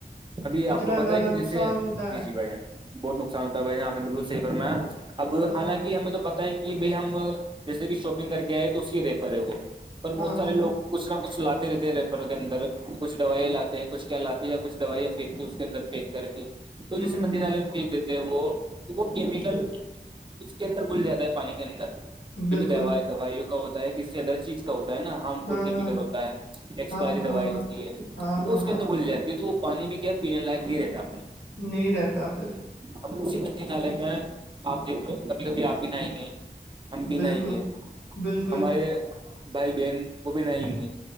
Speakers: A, on the right; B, on the left.
A: ابھی
B: اتنا
A: آپ کو پتا
B: زیادہ
A: ہے کہ
B: نقصان
A: جیسے
B: ہوتا
A: جی
B: ہے
A: جی بھایی جان بہت نقصان ہو ہے بھائی جان آپ نے بالکل صحیح فرمایا اب
B: ہاں
A: حالانکہ
B: ہاں
A: ہمیں تو پتہ ہے کہ بھائی ہم جیسے کہ شاپنگ کر کے آئے تو اسی رے پر ہے وہ پر
B: ہاں
A: بہت سارے
B: ہاں
A: لوگ
B: ہاں
A: کچھ نہ کچھ لاتے رہتے ہیں ریپروں کے اندر کچھ دوائیاں لاتے ہیں کچھ کیا لاتے یا کچھ دوائییاں پھی کے اس کے اندر پییک کر کے تو
B: ہوں
A: جیسے
B: ہوں
A: ندی نالے میں پھینک دیتے ہیں وہ وہ کیمیکل اس کے اندر گھل جاتا ہے پانی کے اندر
B: ہوں بالکل
A: جو بھی دوائی دوائیوں کا ہوتا ہے اس سے اندر چیز ہوتا ہے نا ہارم
B: ہاں
A: فل کیمیکل
B: ہاں
A: ہوتا ہے ایکسپائری
B: ہاں ہاں
A: دوائی
B: ہاں
A: ہوتی ہے
B: ہاں
A: وہ
B: ہاں
A: اس کے
B: ہاں
A: اندر گل جاتی ہے یہ تو وہ پانی بھی کیا پینے لائق نہیں رہتا
B: نہیں رہتا پھر
A: اب اسی ندی نالے میں آپ دیکھو کبھی کبھی آپ بھی نہائیں گے ہم بھی
B: بالکل
A: نہاینگے گے
B: بالکل
A: ہمارے بھائی بہن وہ بھی نہاینگے